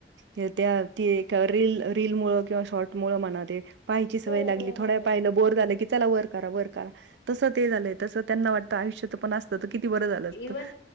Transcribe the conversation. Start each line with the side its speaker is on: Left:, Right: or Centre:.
Right: हे त्या ती एक रील रील मुळ किंवा शॉर्ट मुळ म्हणा ते पाहायची सवय
Left: हो
Right: लागली
Left: हो हो
Right: थोड्या
Left: हो
Right: पाय बोर झाल की चला वर करा वर करा, तसं त्यांना वाटत आयुष्यात पण असत. तर किती बरं झालं असत.
Left: इव्हन